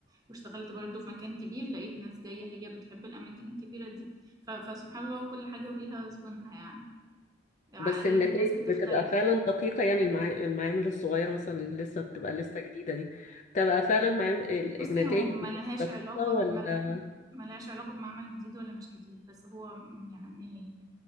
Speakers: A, on the right; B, on the left.
A: واشتغلت برضو في مكان كبير لقيت ناس جايه هي بتحب الاماكن الكبيره دي ف- فسبحان الله كل حاجه وليها زبونها يعني عقليه
B: بس النتائج
A: الناس بتختلف
B: بتبقى فعلا دقيقة يعني المعا- المعامل الصغيرة مثلا اللي لسه بتبقى لسه جديدة دي بتبقى فعلا معام... ال-
A: بصي
B: النتائج
A: هو ملهاش
B: بتبقى دقيقة
A: علاقة
B: ولا
A: بمل... ملهاش علاقة بمعمل جديد ولا مش جديد بس هو م- يعني